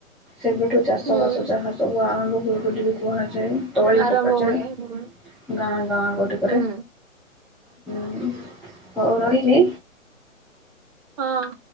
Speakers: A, in the centre; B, on the right.
A: ସେବେଠୁ ଚାଷବାସ
B: ହୁଁ
A: ଯାହା ସବୁ ଆରମ୍ଭୁ। ବୋଲି ବି କୁହାଯାଏ। ତଳି
B: ଆରମ୍ଭ
A: ପକାଯାଏ
B: ହୁଏ ହୁଁ
A: ଗାଁ ଗାଁ ଗୋଟେ। ଉପରେ।
B: ହୁଁ
A: ହୁଁ ହଉ ରହିଲି।
B: ହଁ।